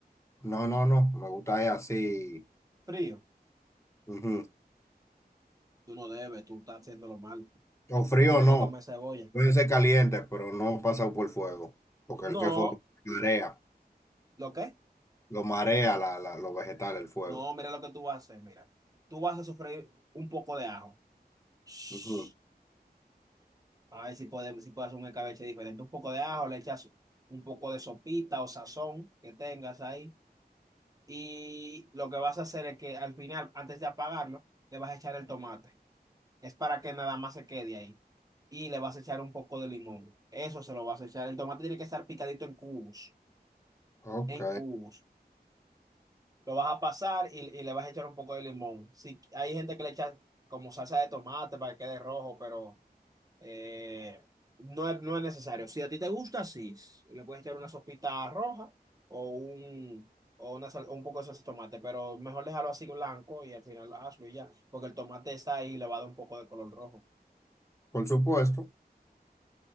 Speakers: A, on the left; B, on the right.
A: No, no, no, me gusta es así.
B: Frío,
A: Ujú.
B: tú no debes, tú estás haciéndolo mal,
A: O frío
B: tú tienes
A: no,
B: que comer cebolla.
A: pueden ser calientes, pero no pasado por fuego, porque
B: No,
A: el que fuego marea,
B: ¿lo qué?
A: lo marea la, la, los vegetales, el fuego.
B: No, mira lo que tú vas a hacer, mira, tú vas a sofreír un poco de ajo. Shh.
A: Ujú.
B: A ver si podemos, si puedes hacer un escabeche diferente, un poco de ajo, le echas un poco de sopita o sazón que tengas ahí y lo que vas a hacer es que al final, antes de apagarlo, le vas a echar el tomate. Es para que nada más se quede ahí. Y le vas a echar un poco de limón. Eso se lo vas a echar. El tomate tiene que estar picadito en cubos,
A: Ok,
B: en cubos. Lo vas a pasar y, y le vas a echar un poco de limón. Si hay gente que le echa como salsa de tomate para que quede rojo, pero eh, no es, no es necesario. Si a ti te gusta, sí. Le puedes echar una sopita roja o un, o una sal- o un poco de salsa de tomate, pero mejor dejarlo así blanco y al final hazlo y ya, porque el tomate está ahí y le va a dar un poco de color rojo.
A: por supuesto,